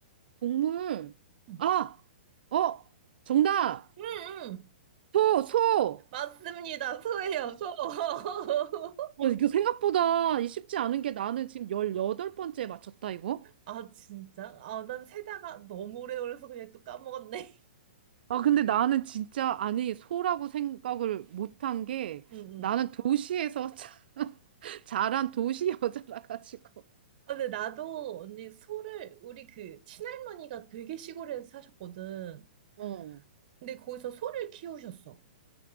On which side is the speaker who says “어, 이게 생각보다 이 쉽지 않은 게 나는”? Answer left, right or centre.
Right